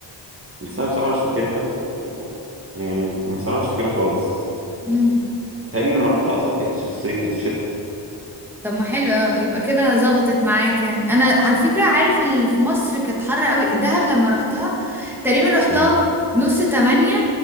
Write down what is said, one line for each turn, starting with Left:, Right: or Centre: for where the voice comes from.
Right: بس أنا بصراحة مش فاكرها و- يعني بصراحة مش فاكرها خالص
Centre: امم
Right: بيتهيألي لما رحتها أصلا كانت في الصيف كانت في الشتاء
Centre: طب ما حلو اه يبقى كده ظبطت معاك يعني انا على فكرة عارف اللي في مصر كانت حر قوي دهب لما رحتها تقريبا رحتها
Right: يعني
Centre: نص تمانية